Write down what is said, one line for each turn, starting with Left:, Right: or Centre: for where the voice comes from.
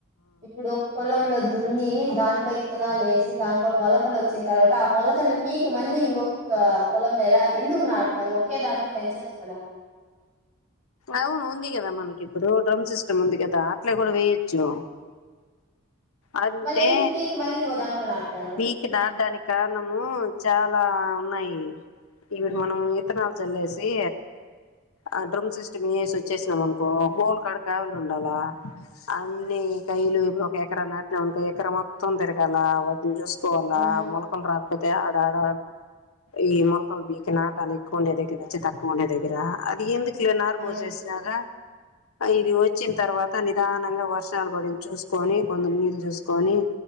Right: ఇప్పుడు పొలంలో దున్ని దాంట్లో ఇత్తనాలు వేసి దాంట్ మ ఫల్ వచ్చంది త ఆ మల ఫల్ని పికి మళ్ళీ ఇంకొక కులం లేలా ఎందుకు నాడతారు ఒకే దాంట్లో పెంచచ్చు కదా
Left: అవును ఉంది కదా మనకి ఇప్పుడు డ్రమ్ సిస్టమ్ ఉంది కదా అట్లే కూడా వేయచ్చు అంటే
Right: మళ్ళీ ఎందుకు పీకి మళ్ళీ ఇంకో దాంట్లో నాటుతారు
Left: మీకు దార్డాానికి కారణము చ చాలా ఉన్నాయి ఇవిడు మనం ఇత్తనాలు చల్లేసి ఆ డ్రమ్ సిస్టమ్సి వచ్చేసినాం అనుకో అక్కడ కావలు ఉండాలా అన్నిీ కయలు ఒక ఎకరా నాటినక ఎకరా మొత్తం తిరగాల వాటిని చూస్త పోలా
Right: ఆ
Left: మూలకొలు రాకపోతే ఆడ ఆడ ఈ మొలకల్ బీకి నాటాలు ఇకుండేదగర వచ్చి తర్కకుండ ఎదగరా అది ఎందుకు నాారు
Right: ఆ
Left: పోజ చేసినక ఇది వచ్చిన తర్వాత నిదానంగా వర్షాలు పడి చూసుకొని కొందరు నీళ్ళు చూసుకొని